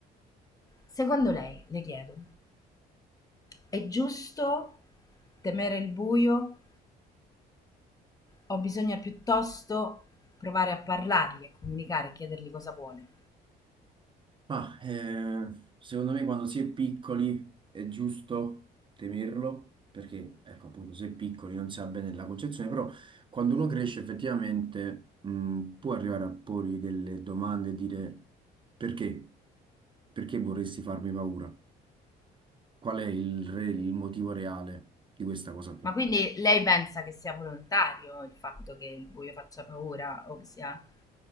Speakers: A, on the left; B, on the right.
A: Secondo lei, le chiedo, È giusto temere il buio o bisogna piuttosto provare a parlargli, a comunicare, a chiedergli cosa vuole?
B: Ma eh, secondo me quando si è piccoli è giusto temerlo, perché ecco appunto se è piccoli non si ha bene la concezione, però quando uno cresce effettivamente mh, può arrivare a porgli delle domande e dire perché? Perché vorresti farmi paura? Qual è il, re- il motivo reale di questa cosa qua?
A: Ma quindi lei pensa che sia volontario il fatto che il buio faccia paura o che sia